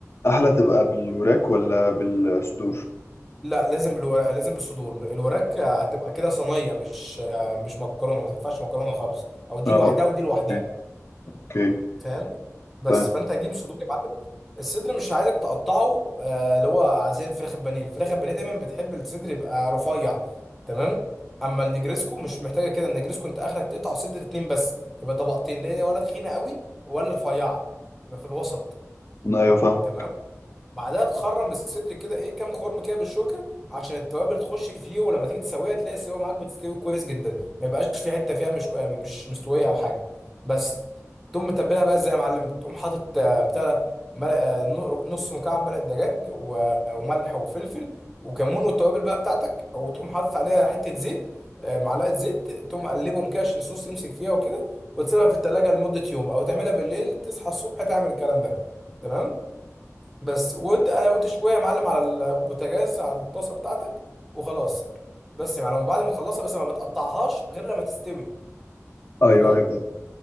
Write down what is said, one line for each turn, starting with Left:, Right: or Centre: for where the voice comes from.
Left: احلى تبقى بالوراك ولا بالصدور
Centre: لا لازم بالورق لازم بالصدور الوراك هتبقى كده صينيه مش مش مكرونه ما تنفعش مكرونه خالص او دي
Left: اه
Centre: لوحدها
Left: اوكي
Centre: ودي لوحدها
Left: اوكي
Centre: فاهم بس
Left: فاهم
Centre: فانت هتجيب الصدور يا معلم الصدر مش عايزك تقطعه آه، اللي هو زي الفراخ البانيه الفراخ البانيه دايما بتحب الصدر يبقى رفيع تمام اما النجريسكو مش محتاجه كده النجريسكو انت اخرك تقطع الصدر اتنين بس يبقى طبقتين ليه ولا تخينه قوي ولا رفيعه يبقى في الوسط
Left: ايوه فاهم
Centre: تمام بعدها تخرم الصدر كده ايه كام خرم كده بالشوكه عشان التوابل تخش فيه ولما تيجي تسويها تلاقي السوا معاك بتستوي كويس جدا ما يبقاش في حته فيها مش كو- آه، مش مستويه او حاجه بس تقوم متبلها بقى ازاي يا معلم تقوم حاطط آه، بتاع ده مرق- آه، نو- نص مكعب مرقه دجاج و- وملح وفلفل وكمون والتوابل بقى بتاعتك وتقوم حاطط عليها حته زيت آه، معلقه زيت تقوم قلبهم كده عشان الصوص يمسك فيها وكده وتسيبها في التلاجة لمده يوم او تعملها بالليل تصحى الصبح تعمل الكلام ده تمام بس وت... وتشويها يا معلم على البوتاجاز على الطاسه بتاعتك وخلاص بس يا معلم بعد ما تخلصها بس ما بتقطعهاش غير لما تستوي
Left: ايوه
Centre: تمام
Left: ايوه فاهم